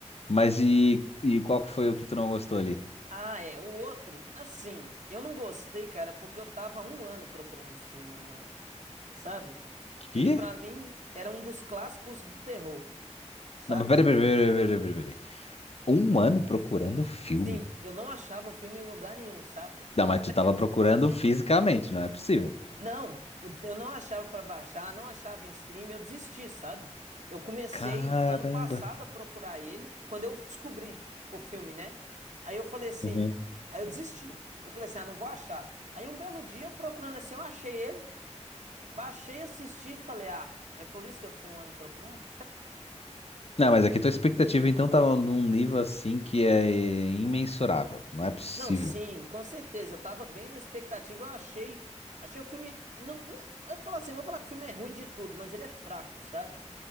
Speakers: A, on the left; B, on the right.
A: Mas e, e qual que foi o que tu não gostou ali?
B: Ah, é. O outro, assim, eu não gostei, cara, porque eu tava há um ano procurando esse filme, mais ou menos. Sabe?
A: Que?
B: Ele, pra mim, era um dos clássicos do terror, sabe?
A: Não, mas peraí, peraí, peraí, peraí, peraí, peraí. Um ano procurando filme.
B: Sim, eu não achava o filme em lugar nenhum, saca?
A: Não, mas tu
B: Já
A: tava
B: tinha desistido.
A: procurando fisicamente, não é possível.
B: Não, eu não achava pra baixar, não achava em stream, eu desisti, sabe? Eu comecei
A: Caramba.
B: ano passado a procurar ele, quando eu descobri o filme, né? Aí eu falei assim,
A: Uhum.
B: aí eu desisti. Eu falei assim, ah, não vou achar. Aí um belo dia eu procurando assim, eu achei ele, baixei, assisti, e falei, ah, é por isso que eu fiquei um ano procurando?
A: Não, mas aqui tua expectativa então tava num nível assim que é imensurável. Não é possível.
B: Não, sim, com certeza. Eu tava bem na expectativa. Eu achei, achei o filme. não- não- é, eu falo assim, não vou falar que o filme é ruim de tudo, mas ele é fraco, sabe?